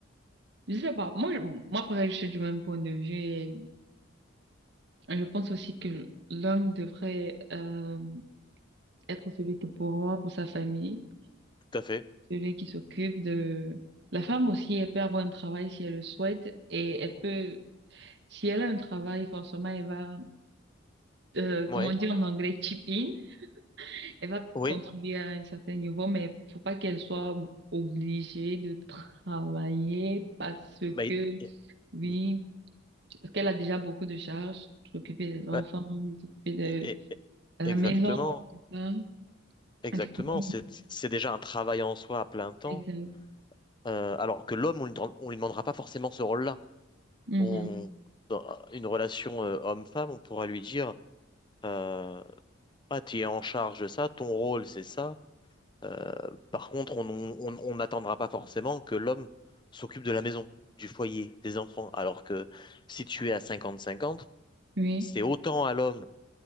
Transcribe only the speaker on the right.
je sais pas moi je, moi pareil je suis du même point de vue et je pense aussi que l'homme devrait euh, être celui qui pourvoit pour sa famille,
celui qui s'occupe de la femme aussi elle peut avoir un travail si elle le souhaite et elle peut si elle a un travail forcément elle va euh, comment
dire en anglais chip in Elle va
contribuer à un certain niveau, mais faut pas qu'elle soit o- obligée de travailler parce
que,
oui,
parce qu'elle a déjà beaucoup de charges, s'occuper des enfants,
s'occuper
de
la maison, hein.
C'est quand même
exact.
Mhm.
Oui,